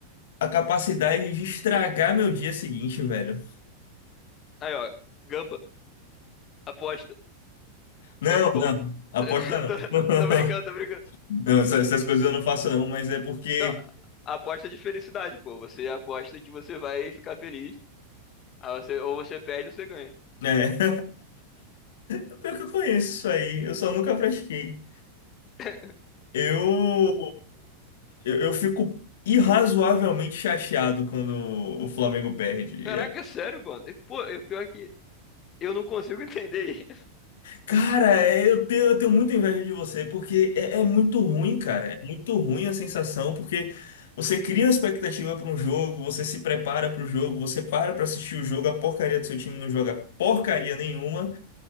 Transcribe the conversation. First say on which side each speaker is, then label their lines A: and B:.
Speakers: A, on the left; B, on the left.
A: a capacidade de estragar meu dia seguinte, velho.
B: Aí, ó, gamba, aposta,
A: Não,
B: sempre bom.
A: não, aposta
B: <laughs>
A: não.
B: Tô,
A: <laughs>
B: tô brincando, tô brincando.
A: Não, essas, essas coisas eu não faço não, mas é porque,
B: Não, aposta de felicidade, pô. Você aposta que você vai ficar feliz Aí você, ou você perde ou você ganha.
A: né? <laughs> é. Pior que eu conheço isso aí, eu só nunca pratiquei.
B: <laughs>
A: Eu, eu, eu fico irrazoavelmente chateado quando o Flamengo perde.
B: Caraca,
A: É,
B: sério, mano. E, Pô, e o pior é que eu não consigo entender isso.
A: Cara, é, eu tenho, eu tenho muita inveja de você, porque é, é muito ruim, cara. É muito ruim a sensação, porque você cria uma expectativa para um jogo, você se prepara para o jogo, você para para assistir o jogo, a porcaria do seu time não joga porcaria nenhuma,